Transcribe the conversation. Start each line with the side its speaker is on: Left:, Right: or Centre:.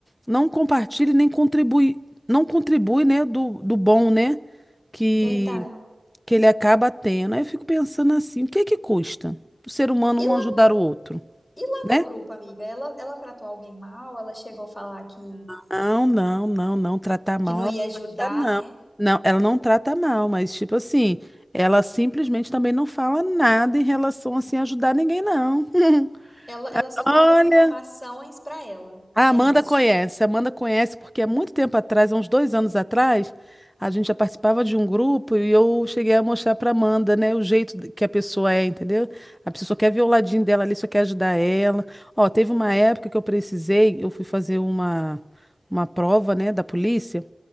Centre: não compartilha e nem contribui, não contribui, né, do, do bom, né, que,
Left: Verdade.
Centre: que ele acaba tendo. Aí eu fico pensando assim, o que é que custa o ser humano
Left: E
Centre: um
Left: lá,
Centre: ajudar o outro,
Left: e lá
Centre: né?
Left: no grupo, amiga, ela, ela tratou alguém mal? Ela chegou a falar que,
Centre: Não, não, não, não. Tratar mal,
Left: que não
Centre: ela
Left: ia
Centre: não
Left: ajudar,
Centre: trata, não.
Left: né?
Centre: Não, ela não trata mal, mas, tipo assim, ela simplesmente também não fala nada em relação, assim, a ajudar ninguém, não. <laughs>
Left: Ela, ela só guarda
Centre: Olha,
Left: as informações pra ela.
Centre: a
Left: É
Centre: Amanda
Left: isso.
Centre: conhece, a Amanda conhece porque há muito tempo atrás, há uns dois anos atrás, a gente já participava de um grupo e eu cheguei a mostrar para Amanda, né, o jeito de- que a pessoa é, entendeu? A pessoa só quer ver o ladinho dela ali, só quer ajudar ela. Ó, teve uma época que eu precisei, eu fui fazer uma, uma prova, né, da polícia.